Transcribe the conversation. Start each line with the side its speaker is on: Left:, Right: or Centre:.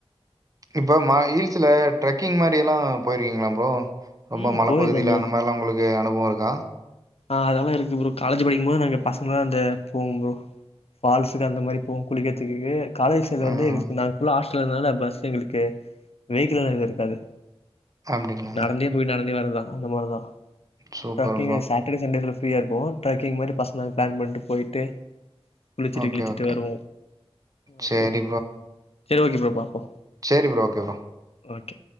Right: இப்ப மா ஹில்ஸ்ல ட்ரெக்கிங் மாரி எல்லா போயிருக்கீங்களா ப்ரோ ரொம்ப
Left: ம்
Right: மலப்பகுதியில
Left: போயிருக்கே ப்ரோ
Right: அந்த மாரில்லா உங்களுக்கு அனுபவோ இருக்கா
Left: ஆ அதெல்லா இருக்கு ப்ரூ காலேஜ் படிக்கும்போது நாங்க பசங்களா அந்த போகும்போ ஃபால்ஸுக்கு அந்த மாரி போவோ குளிக்குறதுக்கு காலேஜ் சைல வந்து
Right: ம்
Left: எங்களுக்கு நாங்கஃபுல்லா ஹாஸ்டல இருந்ததால பஸ் எங்களுக்கு வெஹிகள் எல்லா எது இருக்காது
Right: அப்படிங்களா
Left: நடந்தே போயி நடந்தே வர்றதுதா அந்த மார்தா
Right: சூப்பர்
Left: ட்ரெக்கிங்
Right: ப்ரோ.
Left: சாட்டர்டே சண்டேஸ்ல ஃப்ரீயா இருப்போ ட்ராக்கிங் மாரி பசங்க பிளான் பண்ணிட்டு போயிட்டு குளிச்சிட்டு
Right: ஓகே,
Left: கிளிச்சிட்டு
Right: ஓகே.
Left: வருவோ
Right: சரி
Left: ஓகே ப்ரோ செரி ஓகே ப்ரோ பாப்போ
Right: செரி ப்ரோ ஓகே ப்ரோ
Left: ஓகே